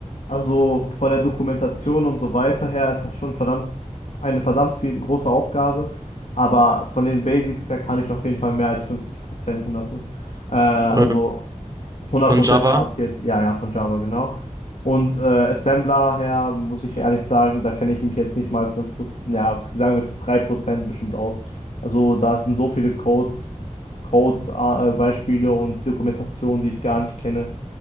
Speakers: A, on the left; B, on the right.
A: also von der Dokumentation und so weiter her ist das schon verdammt eine verdammt viel große Aufgabe. Aber von den Basics her kann ich auf jeden Fall mehr als 50 Prozent, 100, äh, also
B: äh,
A: hundert
B: von
A: Prozent
B: Java.
A: garantiert, ja, ja, von Java, genau. Und äh, Assembler her, muss ich ehrlich sagen, da kenne ich mich jetzt nicht mal 5%, ja, sagen wir 3% bestimmt aus. Also da sind so viele Codes, Codes, äh, Beispiele und Dokumentationen, die ich gar nicht kenne.